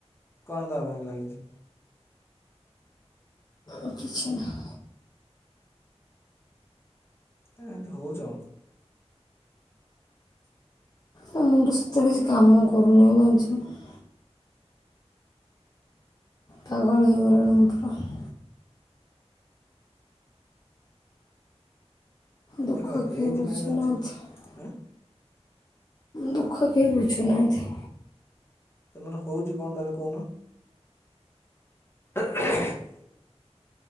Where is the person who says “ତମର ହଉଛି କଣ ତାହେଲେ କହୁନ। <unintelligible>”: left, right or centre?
Left